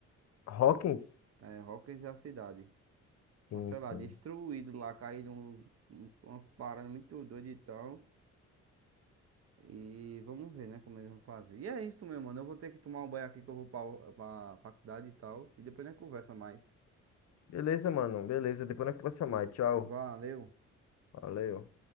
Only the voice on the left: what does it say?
Hawkins?
Sim,
sim.
Beleza, mano. Beleza. Depois nós conversamos mais. Tchau.
Valeu.